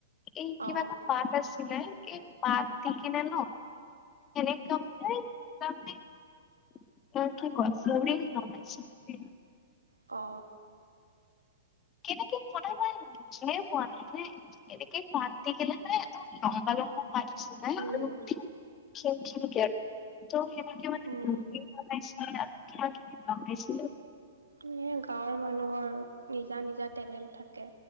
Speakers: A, on the left (about 25°); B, on the right (about 80°).
A: এই কিবা
B: অ
A: এটা পাত আছিলে এই পাত থাকিলে ন <unintelligible> <unintelligible>
B: অ।
A: <unintelligible> বুজিয়ে পোৱা নাই মানে এনেকে পাত দেখিলে মানে লম্বা লম্বা পাত আছিলে
B: উম
A: আৰু ক্ষীণ ক্ষীণকে আৰু ত' সেনেকে মানে
B: উম
A: বনাইছিলে কিবা কিবি বনাইছিলো।
B: এ গাঁৱৰ মানুহৰ নিজা নিজা টেলেণ্ট থাকে।